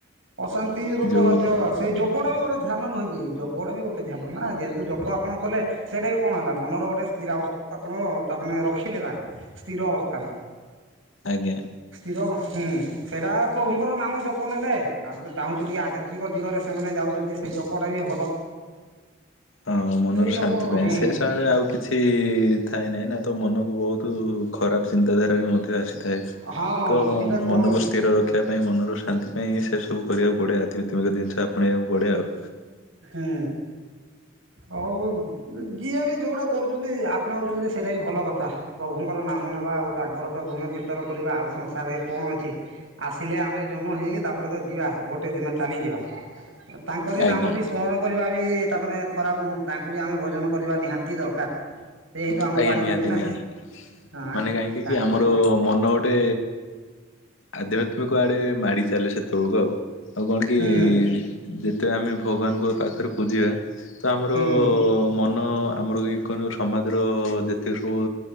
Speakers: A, on the right; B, on the left.
A: ଅଶାନ୍ତିରୁ
B: ଯୋଉ
A: ତ ବାଧ୍ୟ ସେଇ ଜପଟା ବି ଗୋଟେ ଧ୍ୟାନ ନୁହେଁ କି? ଜପଟା ବି ଗୋଟେ ଧ୍ୟାନ ନା ଯେହେତୁ ଜପ ଆପଣ କଲେ ସେଇଟା ବି କଣ ହେଲା ମନର ଗୋଟେ ସ୍ଥିରାବସ୍ଥା ଆପଣ ତାମାନେ ରଖିଲେ ତାକୁ ସ୍ଥିର ଅବସ୍ଥାରେ।
B: ଆଜ୍ଞା।
A: ଯବ ହୁଁ ସେଇଟା ପ୍ରଭୁଙ୍କର ନାମ ଜପ ନେଲେ ଆମେ ତ ଚାହୁଁଛୁ ଟିକେ ଆଧ୍ୟାତ୍ମିକ ଦିଗରେ ସେମାନେ ଯାଉଛନ୍ତି ସେଇ ଜପଟା ବି ଭଲ।
B: ହଁ ମନର
A: ସେଇ
B: ଶାନ୍ତି
A: ଜପ
B: ପାଇଁ
A: ହୁଁ
B: ସେ ସମୟରେ ଆଉ କିଛି ଥଏ ନାହିଁ ନା। ତ ମନକୁ ବହୁତ ଖରାପ ଚିନ୍ତାଧାରା ବି ମଧ୍ୟ ଆସିଥାଏ।
A: ହଁ
B: ତ
A: ସେଇଟା କଣ
B: ମନକୁ ସ୍ଥିର ରଖିବା ପାଇଁ ମନରୁ ଶାନ୍ତି ପାଇଁ ସେ ସବୁ କରିବାକୁ ପଡେ ଅଧ୍ୟାତ୍ମିକ ଜିନିଷ ଆପଣେଇବାକୁ ପଡେ ଆଉ।
A: ହୁଁ। ହଉ ଯିଏ ବି ଯୋଉଟା କରୁଛନ୍ତି ଆପଣ ହଉଛନ୍ତି ସେଇଟା ବି ଭଲ କଥା ପ୍ରଭୁଙ୍କର ନାମ ନେବା ଆଉ ତାଙ୍କର ତ ଗୁଣ କୀର୍ତ୍ତନ କରିବା ଆଉ ସଂସାରରେ କଣ ଅଛି। ଆସିଲେ ଆମେ ଜନ୍ମ ହେଇ ତାପରେ ତ ଯିବା ଗୋଟେ ଦିନ ଚାଲିଯିବା ତାଙ୍କରି
B: ଆଜ୍ଞା
A: ନାମ ବି ସ୍ମରଣ ବି ତାମାନେ ଖରାପ ନୁହଁ ତାଙ୍କୁ ବି ଆମେ ଭଜନ କରିବା ନିହାତି ଦରକାର। ସେ ହିଁ ତ ଆମକୁ
B: ଆଜ୍ଞା
A: ଆଣିଛନ୍ତି
B: ନିହାତି
A: ନା
B: ନିହାତି।
A: ହଁ
B: ମାନେ କାହିଁକି
A: ତାଙ୍କରି
B: କି ଆମର
A: ପା
B: ମନ ଗୋଟେ ଆଧ୍ୟାତ୍ମିକ ଆଡେ ମାଡି ଚାଲେ ସେତେବେଳକୁ ଆଉ। ଆଉ କଣ କି
A: ହୁଁ
B: ଯେ ତେ ଆମେ ଭଗବାନଙ୍କ ପାଖରେ ପୂଜିବା ତ ଆମର
A: ହୁଁ
B: ମନ ଆମର ଯେ କୁହନ୍ତୁ ସମାଜର ଯେତେ ସବୁ